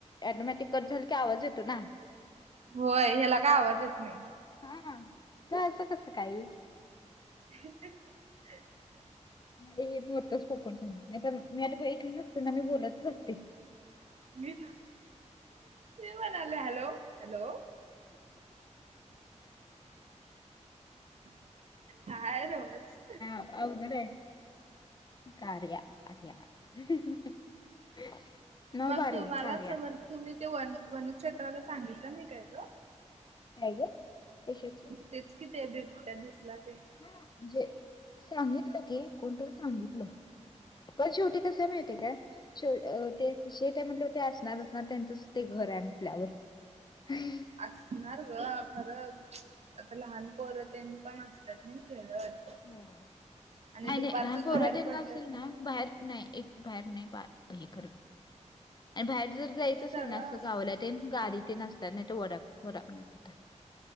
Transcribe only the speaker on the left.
अटोमॅटिक कट झालं की, आवाज येतो ना.
हा, खरं असं कसं काय हे?
नाही <unintelligible> नाही तर मी, आता ऐकल नसते ना मी बोलतच असते.
होद र कार या कर या नव
बारी
कार या
नाहीय ग एसेच
हा जे सांगितलं की कोणत सांगितलं पण शेवटी का स मातीे का तेेट म्हटलं ते असणार असणार त्यांचच ते घर आहे म्हटल्यावर हम्म
हो नाही
नाही लहान
पोरातना
असेल
ना बाहेर नाही एक बाहेर नाही बा कर. आणि बाहेर जर जायचं असेल
ना असं गावल्या ते गाडी ते न असतात नाही तर वड वर जात.